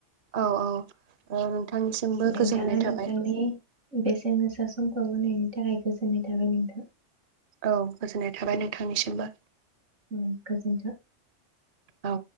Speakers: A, on the right; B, on the right.
A: औ औ आंसिमबो
B: नोंथाङा
A: गोजोननाय
B: नोंथांनि
A: थाबाय।
B: बेसेन गोसा समखौ होनायनि थाखाय गो जोननाय थाबाय नोंथां‌
A: औ गोजोननाय थाबाय नोंथांनिसिमबो।
B: उम गोजोन्थों
A: औ